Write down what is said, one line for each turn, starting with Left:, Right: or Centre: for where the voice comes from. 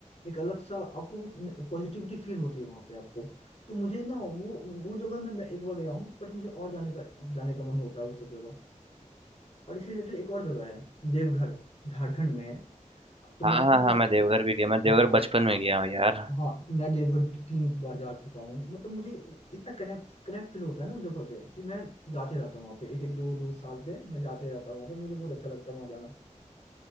Left: एक अलग सा आपको वो पॉजिटिविटी फील होती है वहाँ पे आपको तो मुझे ना वो वो जगह में मैं एक बार गया हूँ बट मुझे और जाने का जाने का मन होता है वो सब जगह और इसी रिलेटेड एक और जगह है देवघर झारखंड में है तो
Right: हाँ
Left: मैं आपको
Right: हाँ
Left: वो-
Right: हाँ मैं देवघर भी गया मैं देवघर
Left: हाँ हाँ
Right: बचपन में गया हूँ यार
Left: हाँ तो मैं देवगढ़ तीन बार जा चुका हूँ मतलब मुझे इतना कनेक्ट कनेक्ट फील होता है ना उस जगह से कि मैं जाते रहता हूँ वहाँ पे एक एक दो दो साल पे मैं जाते रहता हूँ वहाँ पे मुझे बहुत अच्छा लगता है वहाँ जाना